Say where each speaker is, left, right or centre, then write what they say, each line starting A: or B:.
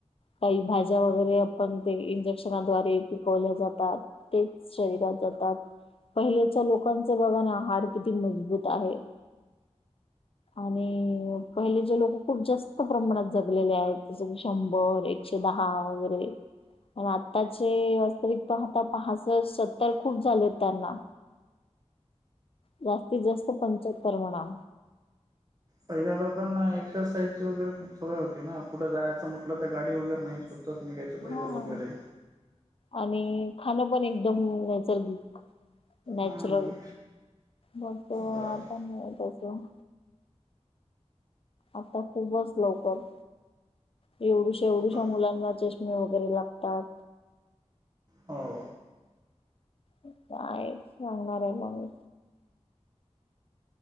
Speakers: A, on the left; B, on the right.
A: काही भाज्या वगैरे आपण ते इंजेक्शनाद्वारे पिकवल्या जातात. तेच शरीरात जातात. पहिल्याच्या लोकांच बघा ना हाड किती मजबूत आहे. आणि पहिले जे लोक खूप जास्त प्रमाणात जगलेले आहेत जस की शंभर. अक्ष दहा वगैरे. पण आत्ताचे वास्तविक आता पाास सत्तर खूप झाले हो त्यांना. जास्तीत जास्त पंच्याहत्तर म्हणा.
B: पहिल्या लोकांना एक्सरसाईजची वगैरे खूप सवय होती ना कुठं जायचं म्हटलं तर गाडी वगैरे नाहीच. च निघयचं पाहिज
A: हा
B: लो घेलेही.
A: आणि खाणं पण एकदम नैसर्गिक नॅचरल.
B: हम्म
A: बत आतास.
B: बरोबर
A: आता खूपच लवकर. एवढुश्या
B: आता
A: एवढुश्या मुलांना चष्मे वगैरे लागतात.
B: हो
A: काय सांगणार आहे मग.